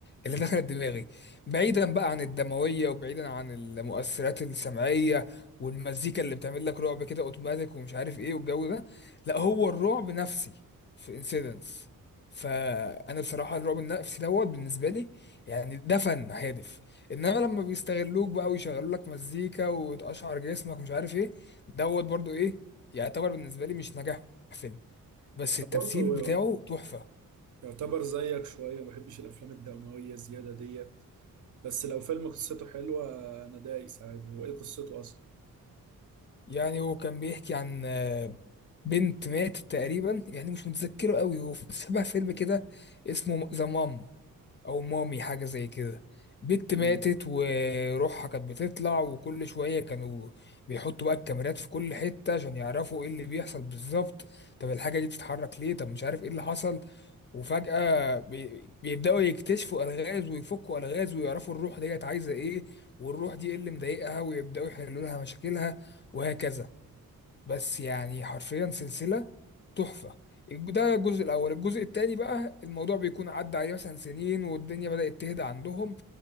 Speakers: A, on the left; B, on the right.
A: اللي دخلت دماغي بعيدا بقى عن الدمويه وبعيدا عن المؤثرات السمعيه والمزيكا اللي بتعمل لك رعب كده اوتوماتيك ومش عارف ايه والجو ده لا هو الرعب نفسي في انسيدنس فانا بصراحه الرعب النفسي دوت بالنسبه لي يعني ده فن هادف انما لما بيستغلوك بقى ويشغلوا لك مزيكا وتقشعر جسمك ومش عارف ايه دوت برضو ايه يعني يعتبر بالنسبة لي مش نجاح فيلم بس التمثيل
B: برضه
A: بتاعه تحفة
B: يعتبر زيك شوية ما بحبش الافلام الدموية زيادة ديت بس لو فيلم قصته حلوة انا دايس عادي هو ايه قصته اصلا
A: يعني هو كان بيحكي عن آه، بنت ماتت تقريبا يعني مش متذكره قوي هو في- <laughs> شبه فيلم كده اسمه ذا مام او مامي حاجة زي كده بنت
B: مم.
A: ماتت وروحها كانت بتطلع وكل شوية كانوا بيحطوا بقى الكاميرات في كل حتة عشان يعرفوا ايه اللي بيحصل بالظبط طب الحاجة دي بتتحرك ليه طب مش عارف ايه اللي حصل وفجأة بي- بيبدأوا يكتشفوا ألغاز ويفكوا ألغاز ويعرفوا الروح ديت عايزة إيه والروح دي إيه اللي مضايقها ويبدأوا يحلوا لها مشاكلها وهكذا بس يعني حرفيا سلسلة تحفة الج- ده الجزء الأول الجزء التاني بقى الموضوع بيكون عدى عليه مثلا سنين والدنيا بدأت تهدى عندهم